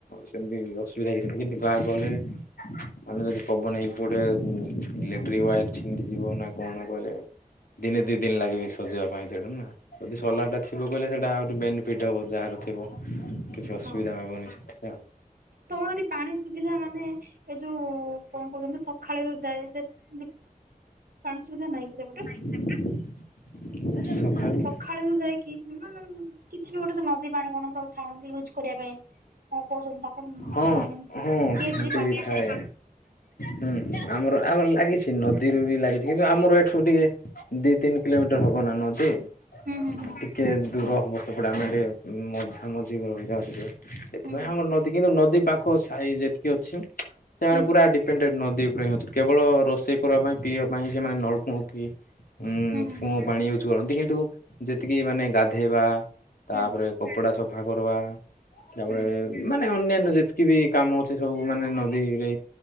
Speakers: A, on the left; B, on the right.
A: ସେମିତି ଅସୁବିଧା ହେଇଥିଲା କିନ୍ତୁ ଗାଁ ଗହଳିରେ ମାନେ ଯଦି ପବନ ହେଇ ଗୋଟେ ଇଲେକ୍ଟ୍ରିକି ୱାୟାର ଛିଣ୍ଡିଯିବ ନା କଣ କହିଲେ ଦିନେ ଦି ଦିନି ଲାଗିବ ସଜେଇବା ପାଇଁ ସେଇଟା ନା ଯଦି ସୋଲାର
B: ହଁ
A: ଟା ଥିବ ଥିବ କହିଲେ ସେଇଟା ଆହୁରି ବେନିଫିଟ୍ ହେବ ଯାହାର ଥିବ କିଛି ଅସୁବିଧା
B: ହଁ
A: ହେବନି ସେଥି ପାଇଁ ଆଉ।
B: ତମର ଏଠି ପାଣି ସୁବିଧା ମାନେ ଏ ଯୋଉ କଣ କହୁଚନ୍ତି ସ ସଖାଳେ ଯାଇ ସେ <unintelligible> ପାଣି ସୁବିଧା ନାହିଁ କି ସେପଟେ?
A: <inaudible> ଆଉ ସକାଳୁ
B: ସକାଳେ ଯୋଉ ଯାଇକି ମାନେ କିଛି ବି ଗୋଟେ ନଦୀ ପାଣି କଣ ସବୁ ଛାଣନ୍ତି ୟୁଜ୍ କରିବା ପାଇଁ। କହୁଚନ୍ତି ଆପଣ
A: ହଁ
B: ଜାଣି
A: ହଁ
B: ପି
A: ସେମିତି
B: ଏଚ ପାଣି
A: ବି ଥାଏ
B: ଆପଣ। <unintelligible>
A: ହୁଁ ଆମର ଆମ ଲାଗିଛି ନଦୀରୁ ବି ଲାଗିଛି କିନ୍ତୁ ଆମର ଏଠୁ ଟିକେ ଦି ତିନି କିଲୋମିଟର ହବ ନା ନଦୀ।
B: ହୁଁ ହୁଁ ହୁଁ
A: ଟିକେ ଦୂର ହବ ସେପଟେ ଆମେ ଟିକେ ମଝା ମଝି ରହିଯାଉ ଟିକେ। ସେଥିପାଇଁ
B: ହୁଁ
A: ଆମର ନଦୀ କିନ୍ତୁ ନଦୀ ପାଖ ସାହି ଯେତିକି ଅଛି ସେମାନେ
B: ହୁଁ
A: ପୁରା ଡିପେଣ୍ଡେ ନଦୀ ଉପରେ ଅଛି କେବଳ ରୋଷେଇ କରିବା ପାଇଁ ପିଇବା ପାଇଁ ସେମାନେ ନଳକୂଅ କି ଉଁ
B: ହୁଁ ହୁଁ ହୁଁ
A: କୂଅ ପାଣି ୟୁଜ୍ କରନ୍ତି କିନ୍ତୁ ଯେତିକି ମାନେ ଗାଧୋଇବା ତାପରେ
B: ହୁଁ
A: କପଡ଼ା ସଫା କରବା। ତାପରେ
B: ହୁଁ ହୁଁ
A: ମାନେ ଅନ୍ୟାନ୍ୟ ଯେତିକି ବି କାମ ଅଛି ସବୁ ମାନେ ନଦୀରେ